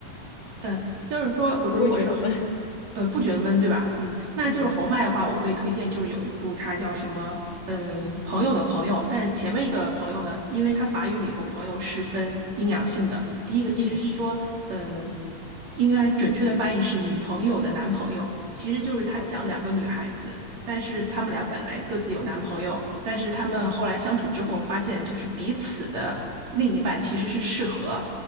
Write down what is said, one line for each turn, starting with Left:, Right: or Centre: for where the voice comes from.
Right: 嗯，呃就是说，如果是侯
Left: 不会觉得闷。<laughs>
Right: 呃，不觉得闷，对吧？嗯，那就是侯麦的话，
Left: 嗯
Right: 我会推荐，就是有一部它叫什么，呃，朋友的朋友。但是前面一个朋友呢，因为它法语里头朋友是分阴阳性的，第一个其实是说，
Left: 嗯，
Right: 嗯、呃应该准确的翻译是女朋友的男朋友，其实就是他讲两个女孩子，
Left: 哦，
Right: 但是他们俩本来各自有男朋友，但是他们后来相处之后发现，
Left: 嗯
Right: 就是彼此的另一半其实是适合，